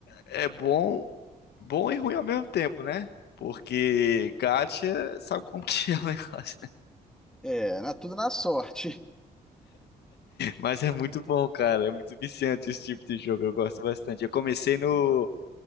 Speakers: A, on the left (about 70°); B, in the centre.
A: é bom, bom e ruim ao mesmo tempo, né? Porque gacha, sabe como que é o <laughs> negócio?
B: É, na- tudo na sorte.
A: Mas é muito bom, cara. É muito viciante esse tipo de jogo. Eu gosto bastante. Eu comecei no